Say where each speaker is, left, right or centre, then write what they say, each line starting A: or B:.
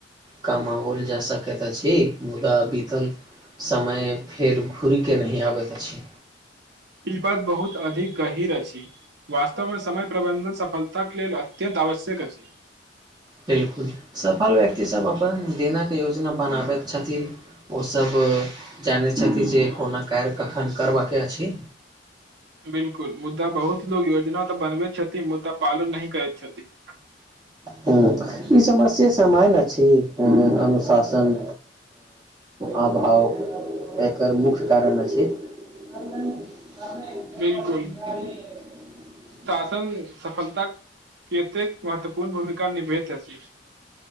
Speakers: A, on the right; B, on the right.
A: कमाओल जा सकैत अछि मुदा बीतल समय फेर घुरिके नहि आबैत अछि
B: पिपाद बहुत अधिक गहिीर अ अछि वास्तवमे समय प्रबन्धन सफलता के लेल अत्यन्त आवश्यक अछि
A: बिलकुल सफल व्यक्ति सब अपन दिनक योजना बनाबैत छथिन ओसभ त जानै छथि जे कोनो कारय कखन करबाक के अछि
B: <inaudible> बिलकुल मुद्दा बहुत लोग योजना तऽ बनबैत छथि मुद्दा पालन नहि करैत छथि <unintelligible>
A: ह ई समस्या समयल छी अनुशासन अभाव एकर मुख्य कारण अछि <unintelligible>
B: बिल्कुल सफल सफलता के एतेक महत्वपूर्ण भूमिका निभेैत अछि